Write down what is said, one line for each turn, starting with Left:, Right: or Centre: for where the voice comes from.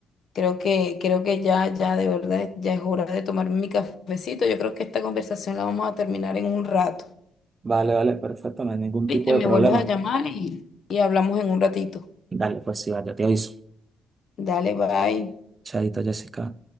Left: creo que, creo que ya, ya de verdad, ya es hora de tomarme mi cafecito. Yo creo que esta conversación la vamos a terminar en un rato.
Right: Vale, vale, perfecto, no hay ningún
Left: Viste,
Right: tipo de
Left: me
Right: problema.
Left: vuelves a llamar y, y hablamos en un ratito.
Right: Dale, pues sí, vale, te aviso.
Left: Dale, bye.
Right: Chaito, Jessica.